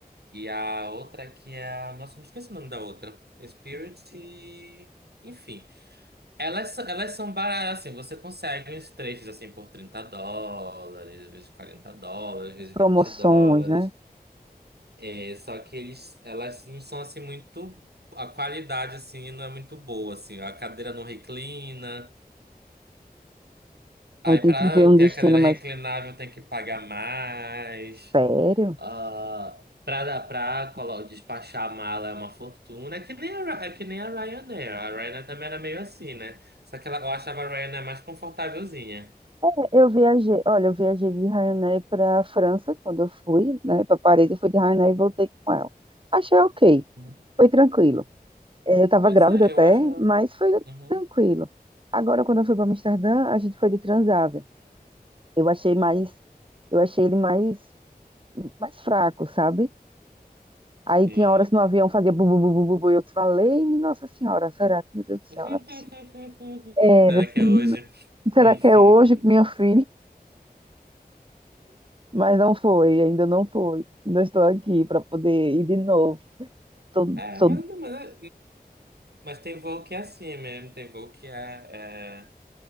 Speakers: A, on the right; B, on the right.
A: e a outra que é a, nossa, me esqueci o nome da outra. Spirit e, enfim. Elas, elas são baratas, assim, você consegue uns trechos assim por 30 dólares, às vezes 40 dólares, às vezes
B: as promoções,
A: 20 dólares.
B: né?
A: É, só que eles, elas não são assim muito. A qualidade assim não é muito boa, assim. A cadeira não reclina. Aí
B: Aí tem
A: para
B: que ver um
A: ter
B: destino
A: a cadeira reclinável
B: mais
A: tem que pagar mais.
B: sério.
A: Ah, para para colo- despachar a mala é uma fortuna. É que nem a, Ry- é que nem a Ryanair. A Ryanair também era meio assim, né? Só que ela, eu achava a Ryanair mais confortávelzinha.
B: É, Eu viajei, olha, eu viajei de Ryanair para a França quando eu fui, né, para Paris, eu fui de Ryanair e voltei com ela. Achei ok,
A: Uhum.
B: foi tranquilo. É, eu estava
A: Pois
B: grávida
A: é,
B: até,
A: eu acho.
B: mas foi
A: Uhum,
B: tranquilo. Agora, quando eu fui para Amsterdã, a gente foi de transavia. Eu achei mais, eu achei ele mais, mais fraco, sabe? Aí
A: sim.
B: tinha horas no avião, fazia bu, bu, bu, bu, bu, bu, e eu falei, Nossa Senhora, será que, meu Deus do céu,
A: <laughs>
B: não é possível. É,
A: Será
B: eu disse,
A: que é
B: "Não,
A: hoje?
B: será
A: <laughs>
B: que é hoje com minha filha? Mas não foi, ainda não foi. Ainda estou aqui para poder ir de novo. Tô-
A: É,
B: tô-
A: mas, mas, mas tem voo que é assim mesmo, tem voo que é, é,